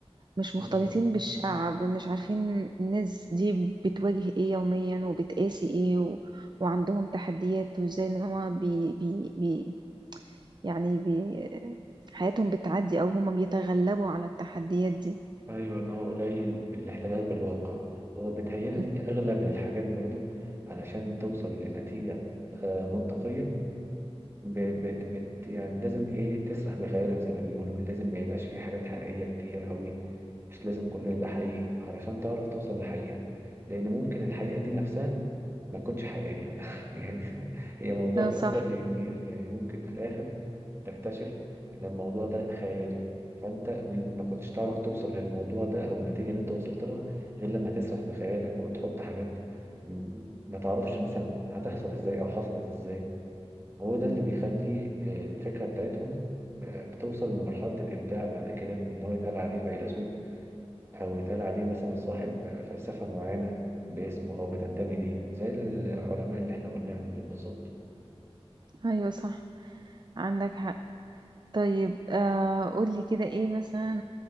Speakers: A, on the right; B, on the right.
A: مش
B: بالظبط
A: مختلطين بالشعب مش عارفين الناس دي بتواجه إيه يوميا وبتقاسي إيه و... وعندهم تحديات وإزاي إن هما بي... بي... بي... يعني بي... حياتهم بتعدي أو هما بيتغلبوا على التحديات دي
B: ايوه ان هو قليل الاحتكاك بالواقع هو بيتهيألي
A: مم.
B: اغلب الحاجات برضو علشان توصل لنتيجة آه، منطقية ب- بت بت يعني لازم ايه تسرح بخيالك زي ما بيقولوا لازم ما يبقاش فيه حاجات حقيقية كتير قوي مش لازم كله يبقى حقيقي علشان تعرف توصل لحقيقة لأن ممكن الحقيقة دي نفسها ما تكونش حقيقية <laughs> يعني هي موضوع
A: اه
B: فلسفي
A: صح
B: كبير يعني ممكن في الآخر تكتشف إن الموضوع ده خيالي فأنت ما كنتش تعرف توصل للموضوع ده أو النتيجة اللي أنت وصلت لها غير لما تسرح بخيالك وتحط حاجات م- ما تعرفش مثلا هتحصل إزاي أو حصلت إزاي وهو ده
A: مم.
B: اللي بيخلي الفكرة بتاعتهم ب- بتوصل لمرحلة الإبداع بعد كده وإن هو يتقال عليه فيلسوف أو يتقال عليه مثلا صاحب فلسفة معينة باسمه أو بتنتمي ليه زي العلماء اللي إحنا قلناهم دول بالظبط
A: أيوة صح عندك حق طيب آه قولي كده ايه مثلا